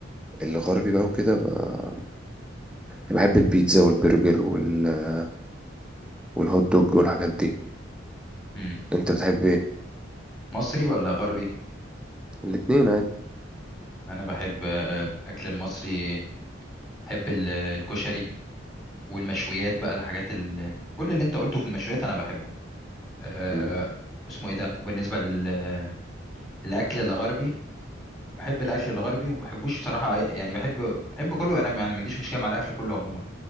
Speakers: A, in the centre; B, on the left.
A: الغربي بقى وكده بقى- بحب البيتزا والبرجر وال- والهوت دوج والحاجات دي
B: امم
A: أنت بتحب إيه؟
B: مصري ولا غربي
A: الاتنين عادي
B: انا بحب آه، اكل مصري بحب ال- الكشري والمشويات بقى الحاجات ال... كل اللي انت قلته في المشويات انا بحبه أه...
A: مم.
B: اسمه ايه ده وبالنسبه لل... للاكل الغربي بحب الاكل الغربي وما بحبوش بصراحه يعني بحب بحب كله انا يعني ما عنديش مشكله مع الاكل كله عموما